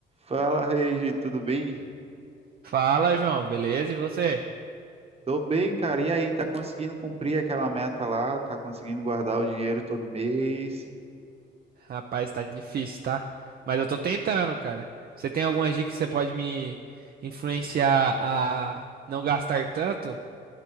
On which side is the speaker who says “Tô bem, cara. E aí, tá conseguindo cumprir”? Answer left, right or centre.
Right